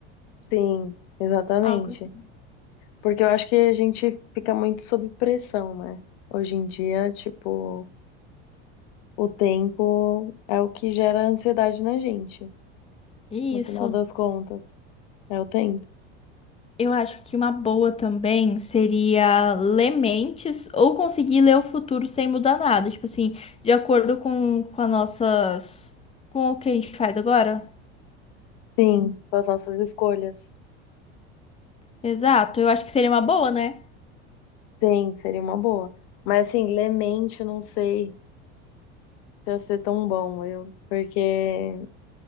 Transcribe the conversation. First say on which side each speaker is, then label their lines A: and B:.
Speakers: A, on the left; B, on the left.
A: Sim, exatamente.
B: Algo assim.
A: Porque eu acho que a gente fica muito sob pressão, né? Hoje em dia, tipo, o tempo é o que gera ansiedade na gente,
B: Isso.
A: no final das contas. É o tempo.
B: Eu acho que uma boa também seria ler mentes ou conseguir ler o futuro sem mudar nada. Tipo assim, de acordo com, com as nossas. Com o que a gente faz agora.
A: Sim, com as nossas escolhas.
B: Exato. Eu acho que seria uma boa, né?
A: Sim, seria uma boa. Mas assim, lemente, eu não sei se ia ser tão bom, eu, porque